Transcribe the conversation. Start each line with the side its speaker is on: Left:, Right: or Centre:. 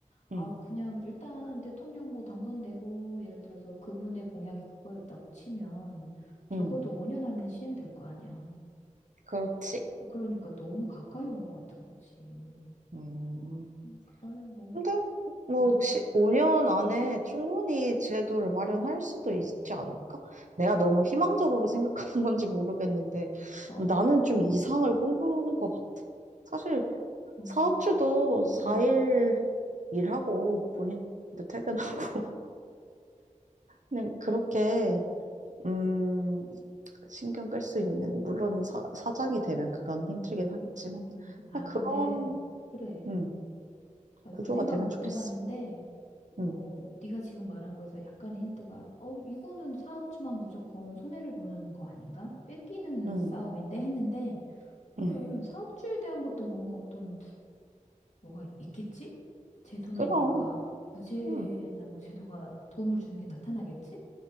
Left: 아우
Right: 응,
Left: 그냥 일단 대통령 뭐 당선되고 예를 들어서 그분의 공약이 그거였다고 치면 적어도
Right: 응,
Left: 5년 안에 시행될 거 아니야.
Right: 그렇지.
Left: 어, 그러니까 너무 가까이 온 것 같은 거지.
Right: 음.
Left: 음, 그러면 뭐,
Right: 근데 뭐
Left: 음,
Right: 혹시 5년 안에 충분히 제도를 마련할 수도 있지 않을까? 내가 너무 희망적으로 생각하는 건지 모르겠는데
Left: 어,
Right: 뭐 나는 좀 이상을 꿈꾸는 것 같아. 사실
Left: 음,
Right: 사업주도 4일
Left: 음,
Right: 일하고 본인도 퇴근하고 <laughs> 그냥 그렇게 음, 신경 끌 수 있는 물론 사, 사장이 되면 그건 힘들긴 하겠지만
Left: 음. 아,
Right: 그냥 그런
Left: 근데, 그래.
Right: 음,
Left: 나도
Right: 구조가
Left: 그 생각은
Right: 되면
Left: 못
Right: 좋겠어.
Left: 해봤는데,
Right: 음,
Left: 어, 네가 지금 말한 거에서 약간의 힌트가, 어, 이거는 사업주만 무조건 손해를 보는 거 아닌가? 뺏기는
Right: 음,
Left: 싸움인데 했는데, 그래,
Right: 음.
Left: 사업주에 대한 것도 뭔가 어떤, 뭐가 있겠지? 제도나
Right: 그럼
Left: 뭔가, 구제나
Right: 음.
Left: 뭐 제도가 도움을 주는 게 나타나겠지?